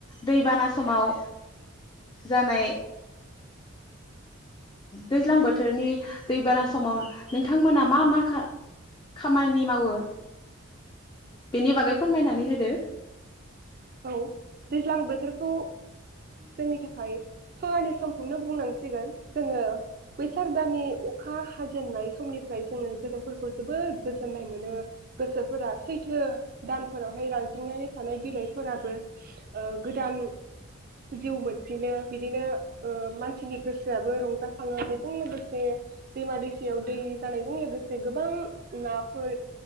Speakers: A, on the left (about 20°); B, on the right (about 45°).
A: दैबाना समाव जानाय दैज्लां बोथोरनि दैबाना समाव नोंथांमोना मा मा खा खामानि मावो बेनि बागै फोरमायनानै होदो।
B: औ दैज्लां बोथोरखौ जोंनि थाखाय सनानि समखौनो बुंनांसिगोन। जोंङो बैसाग दाननि अखा हा जेनाय समनिफ्राय जोंङो गोसोफोरखौ जोबोर गोजोननाय मोनो गोसोफोरा सैथो दानफोरावहाय रानज्रिंनानै थानाय बिलाय फोराबो ओ गोदान जिउ मोनफिनो बिदिनो ओ मानसिनि गोसोआबो रंजााखाङो बेजों लोगोसे दैमा दैसायाव दै जानायजों लोगोसे गोबां नाफोर